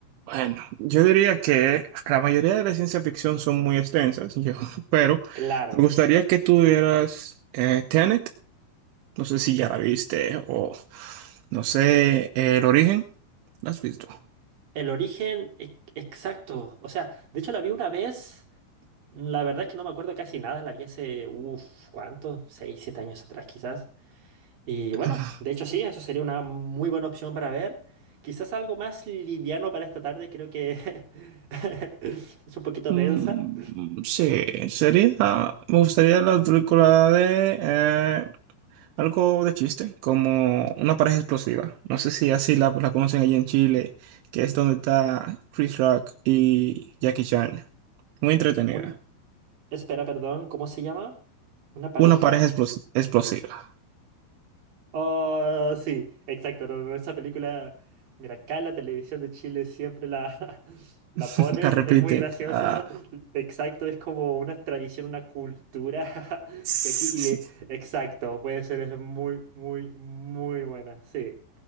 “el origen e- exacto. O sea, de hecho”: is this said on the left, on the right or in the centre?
Right